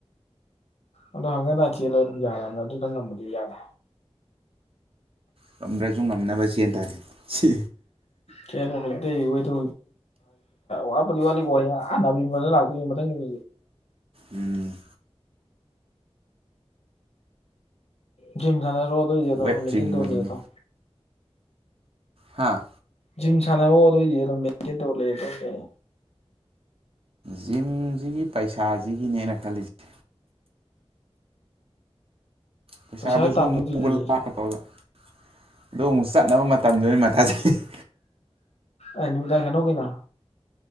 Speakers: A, on the left; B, on the right.
A: ꯑꯗꯣ ꯍꯟꯒꯠ ꯍꯥꯟꯗ ꯆꯦꯜꯂꯣ ꯑꯗꯨ ꯉꯥꯝꯃꯗꯤ ꯌꯥꯔꯦ
B: ꯉꯥꯝꯗ꯭ꯔꯁꯨꯨ ꯉꯝꯅꯕ ꯆꯦꯟ ꯇꯥꯔꯦ ꯁꯤ
A: ꯆꯦꯜꯂꯣ ꯍꯧꯖꯤꯛ ꯑꯇꯩꯋꯦꯗ ꯋꯥꯄꯗꯤ ꯋꯥꯠꯂꯤꯀꯣ ꯍꯥꯟꯅꯕꯅ ꯂꯥꯛꯇꯣꯏꯅꯦ ꯃꯊꯪꯒꯤ <inaudible>
B: ꯎꯝ
A: ꯖꯤꯝ ꯁꯥꯟꯅꯔꯛꯑꯣ ꯑꯗꯨ ꯑꯣꯏꯗꯤꯗꯣ
B: ꯋꯦꯠ
A: ꯃꯤꯊꯤꯟ
B: ꯆꯤꯡꯕꯁꯤꯅꯤ
A: ꯇꯧꯔ ꯂꯩꯔꯗꯧ
B: ꯍꯥꯥ
A: ꯖꯤꯝ ꯁꯥꯟꯅꯔꯣ ꯑꯗꯨ ꯑꯣꯏꯗꯤ ꯑꯗꯨꯝ ꯃꯦꯟꯇꯦꯟ ꯇꯧꯔ ꯂꯩꯔꯗꯧꯅꯦ
B: ꯖꯤꯝꯁꯤꯒꯤ ꯄꯩꯁꯥꯁꯤꯒꯤꯅꯦ ꯑꯩꯅ ꯈꯜꯂꯤꯁꯦ ꯄꯩꯁꯥꯗꯨꯁꯨ
A: ꯄꯩꯁꯥ ꯇꯥꯟꯗꯣꯏꯗꯨꯗꯤ
B: ꯃꯨꯕ ꯂꯥꯛꯀ ꯇꯧꯔꯒ ꯑꯗꯣ ꯑꯃꯨꯛ ꯆꯠꯅꯕ ꯃꯇꯝꯗꯨꯅꯤ ꯃꯊꯥ ꯁꯥꯔꯥꯁꯦ
A: ꯑꯦ ꯅꯨꯡꯗꯥꯡ ꯁꯥꯟꯅꯧ ꯀꯩꯅꯣ